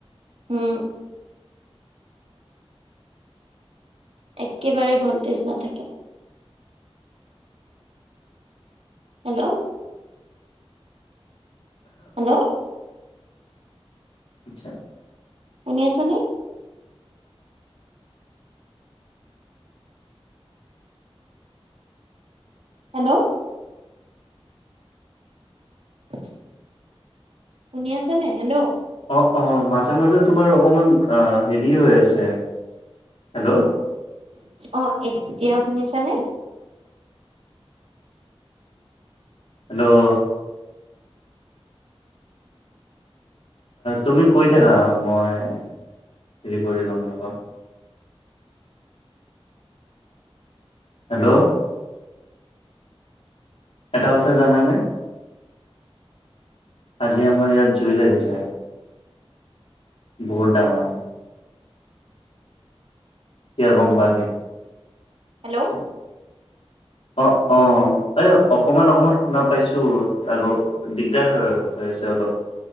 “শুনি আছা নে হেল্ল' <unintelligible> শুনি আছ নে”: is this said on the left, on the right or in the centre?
Right